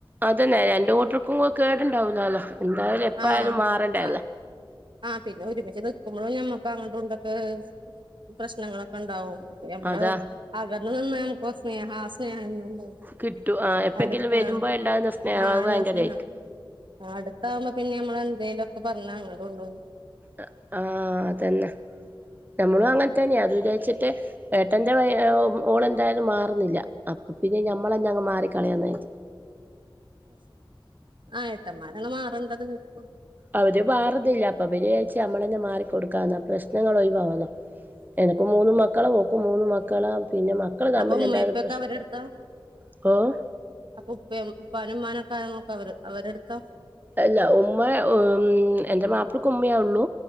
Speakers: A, on the right; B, on the right.
A: അതെന്നെ രണ്ട് കൂട്ടർക്കും കേട് ഇണ്ടാവൂലാലോ എന്തായാലും എപ്പ
B: ആ
A: ആയാലും മാറണ്ടെ
B: ആ
A: അല്ലേ
B: ആ പിന്നെ ഒരുമിച്ച് നിക്കുമ്പളും ഞമ്മക്ക് അങ്ങട്ടും ഇങ്ങട്ടും ഒക്കെ പ്രശ്നങ്ങളൊക്കെ ഇണ്ടാവും പ്പ ഞമ്മൾ
A: അതാ
B: അകന്ന് നിന്നാ നമക്ക് കൊർച്ച് സ്നേഹാ ആ സ്നേഹം എന്നും അയ് ഇണ്ടാവും
A: കിട്ടും ആ എപ്പെങ്കിലും
B: അട്ത്ത്
A: വരുമ്പോ ഉണ്ടാകുന്ന സ്നേഹം
B: ആ
A: അത്
B: ഇള്ള
A: ഭയങ്കരായിരിക്കും
B: സ്നേഹം ആ അടുത്താവുമ്പോ പിന്നെ ഞമ്മള് എന്തേലും ഒക്കെ പർണ് അങ്ങട്ടും ഇങ്ങട്ടും
A: അ ആ അതെന്നെ ഞമ്മളും അങ്ങൻ തന്നെയാ അത് ച്ചിട്ട് ഏട്ടന്റെ വൈ ഓൾ എന്തായാലും മാറുന്നില്ല അപ്പ പിന്നെ ഞമ്മളെന്നെ അങ്ങ് മാറിക്കളയാന്ന് കരിതി
B: ആ ഏട്ടന്മാരാണ് മാറണ്ടത് ഇപ്പോ
A: അവര് മാറുന്നില്ല അപ്പ പിന്നെ വിചാര്ച്ച് ഞമ്മളെന്നെ മാറിക്കൊട്ക്കാന്ന് ആ പ്രശ്നങ്ങൾ ഒഴിവാവൊല്ലോ എനക്ക് മൂന്ന് മക്കളാ ഓക്കും മൂന്ന് മക്കളാ പിന്നെ മക്കള് തമ്മിലുണ്ടായത്
B: അപ്പ ഉമ്മേം ഉപ്പയൊക്കെ
A: പ്രശ്നം
B: അവരെ അടുത്താ
A: ഓഹ്
B: അപ്പ ഉപ്പേ ഉപ്പാനി ഉമ്മാനൊ ക്കെ ആരാ നോക്കാ അവര് അവരെട്ത്താ
A: അല്ല ഉമ്മ മ്മ് എൻ്റെ മാപ്പളക്ക് ഉമ്മയൊള്ളു